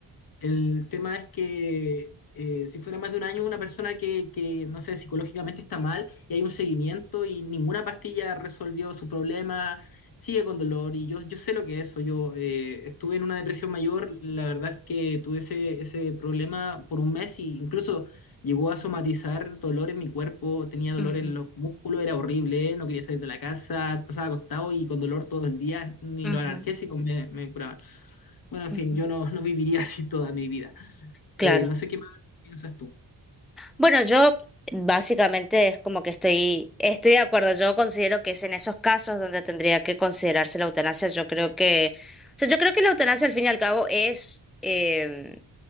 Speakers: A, on the left; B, in the centre.
A: el tema es que eh, si fuera más de un año, una persona que, que, no sé, psicológicamente está mal y hay un seguimiento y ninguna pastilla resolvió su problema, sigue con dolor y yo, yo sé lo que es eso. Yo eh, estuve en una depresión mayor, la verdad es que tuve ese, ese problema por un mes y incluso Llegó a somatizar dolor en mi cuerpo, tenía dolor
B: ujú,
A: en los músculos, era horrible, no quería salir de la casa, pasaba acostado y con dolor todo el día, ni
B: ujú,
A: los analgésicos me, me curaban. Bueno, en
B: ujú.
A: fin, yo no, no viviría <laughs> así toda mi vida.
B: Claro.
A: Eh, no sé qué más piensas tú.
B: Bueno, yo básicamente es como que estoy, estoy de acuerdo. Yo considero que es en esos casos donde tendría que considerarse la eutanasia. Yo creo que, o sea, yo creo que la eutanasia al fin y al cabo es em,